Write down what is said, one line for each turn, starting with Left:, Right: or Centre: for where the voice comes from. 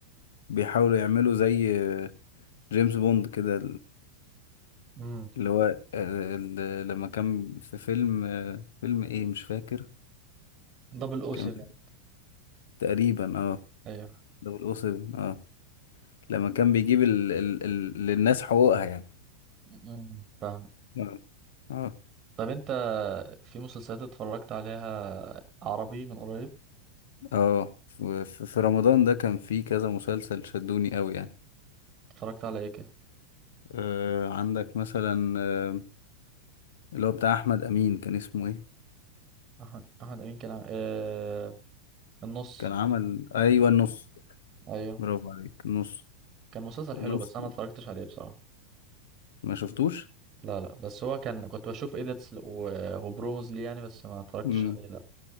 Left: وبيحاولوا يعملوا زي جيمس بوند كده
Right: امم
Left: اللي هو آه، ال- لما كان في فيلم آه، فيلم ايه مش فاكر
Right: دبل او
Left: كان
Right: 7
Left: تقريبا اه
Right: ايوه
Left: دول او 7 اه لما كان بيجيب ال... ال... ال... للناس حقوقها يعني
Right: امم فاهم
Left: اه اه
Right: طب انت في مسلسلات اتفرجت عليها عربي من قريب
Left: اه في في- في رمضان ده كان في كذا مسلسل شدوني قوي يعني
Right: اتفرجت على ايه كده
Left: آه عندك مثلا آه اللي هو بتاع احمد امين كان اسمه ايه
Right: احمد احمد امين كان عم- اه... النص
Left: كان عمل ايوه النص
Right: ايوه
Left: برافو عليك النص
Right: كان مسلسل حلو
Left: النص
Right: بس انا
Left: ده.
Right: ما اتفرجتش عليه بصراحه
Left: ما شفتوش
Right: لا لا بس هو كان كنت بشوف ايديتس و... وبروموز ليه يعني بس ما اتفرجتش
Left: مم.
Right: عليه لا